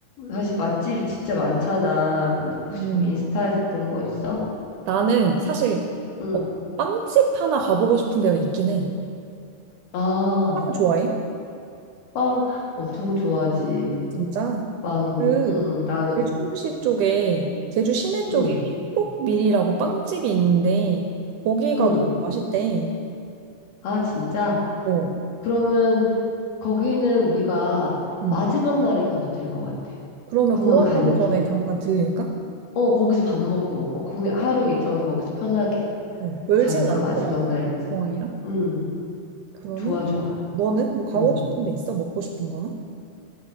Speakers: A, on the left; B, on the right.
A: 사실 맛집이 진짜 많잖아. 근데 혹시
B: 음.
A: 뭐 인스타에서 본 거 있어?
B: 나는 사실
A: 응.
B: 어, 빵집 하나 가보고 싶은 데가 있긴 해.
A: 아.
B: 빵 좋아해?
A: 빵 엄청 좋아하지.
B: 진짜?
A: 빵,
B: 그
A: 응, 나는,
B: 제주시 쪽에 제주 시내 쪽에
A: 응,
B: 행복밀이라고 빵집이 있는데 거기가
A: 응.
B: 되게 맛있대.
A: 아, 진짜?
B: 어.
A: 그러면 거기는 우리가
B: 음.
A: 마지막 날에 가도 될 것 같아.
B: 그러면
A: 공항
B: 공항
A: 가는
B: 가기 전에
A: 길에.
B: 잠깐 들릴까?
A: 어, 거기서 밥 먹고, 어, 그
B: 어.
A: 하루 일정을 거기서 편하게
B: 어. 멀진
A: 잡을까,
B: 않더라고.
A: 마지막 날.
B: 공항이랑.
A: 응,
B: 그러면
A: 좋아, 좋아.
B: 너는 뭐 가고
A: 응.
B: 싶은 데 있어? 먹고 싶은 거나?